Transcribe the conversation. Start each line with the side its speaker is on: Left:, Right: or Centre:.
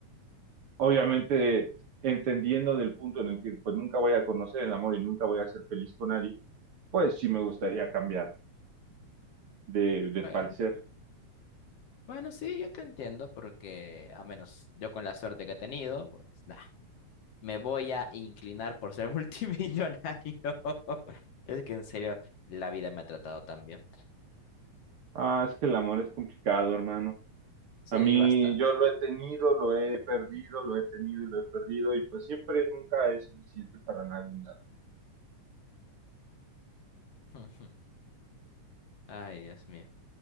Right: obviamente entendiendo del punto en el que pues nunca voy a conocer el amor y nunca voy a ser feliz con nadie, pues sí me gustaría cambiar de, de
Left: Bueno.
Right: parecer.
Left: Bueno, sí, yo te entiendo porque a menos yo con la suerte que he tenido, pues nada, me voy a inclinar por ser <laughs> multimillonario. <laughs> Es que en serio, la vida me ha tratado tan bien.
Right: Ah, es que el amor es complicado, hermano.
Left: Sí,
Right: A mí
Left: bastante.
Right: yo lo he tenido, lo he perdido, lo he tenido y lo he perdido y pues siempre nunca es suficiente para nadie. nada.
Left: <laughs> Ay, Dios mío.